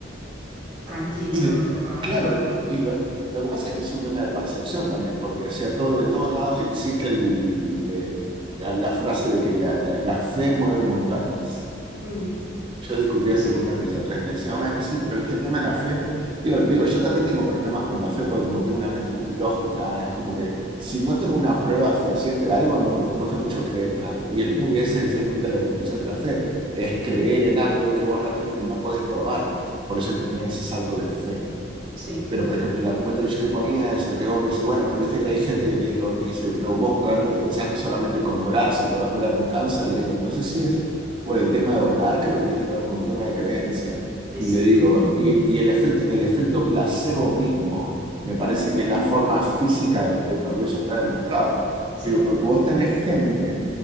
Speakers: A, on the right (about 50°); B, on the right (about 25°).
A: tranquilo
B: Y lo-
A: con lo que va,
B: claro,
A: con lo que va a ocurrir.
B: y lo, lo que pasa es que es un tema de percepción también, porque o sea, todo, en todos lados existe el, eh, la, la frase de que la, la- la fe mueve montañas.
A: Mm,
B: Yo discutía
A: sí,
B: esto con un amigo la otra vez, me decía, bueno, sí, pero viste el tema de la fe. me- Digo, digo, yo también tengo problemas con la fe porque como tengo una mente muy lógica, es como que si no tengo una prueba fehaciente de algo, no me cuesta mucho creer en algo. Y el pu- y esa es exactamente la definición de la fe, es
A: mm,
B: creer en algo que vos realmente no podés probar. Por eso es que tenés ese salto de fe.
A: sí,
B: Pero, por ejemplo, el argumento que yo le ponía es que vos me decís, bueno, pero viste que hay gente que le digo, me dice, pero vos realmente pensás que solamente con orar se te va a curar un cáncer. Le digo, no sé si es por el tema de orar, creo que tiene que ver con un tema de creencia.
A: exacto.
B: Y le digo, y, y el efecto, el efecto placebo mismo, me parece
A: Ujú,
B: que es la forma física donde, donde eso está demostrado.
A: sí,
B: Digo, porque vos tenés gente